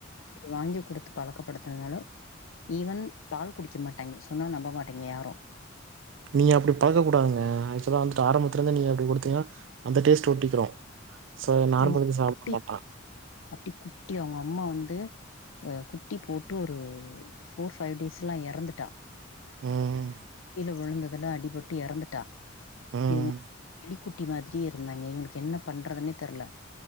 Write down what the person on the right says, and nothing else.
நீங்க அப்டி பழக்க கூடதுங்க ஆக்சுலா வந்துட்டு ஆரம்பத்துல இருந்து நீங்க அப்டி குடுத்தீங்கன்னா அந்த டேஸ்ட் ஒட்டிக்கிரும் சோ நார்மல்க்கு
சாப்ட மாட்டா
ம்
ம்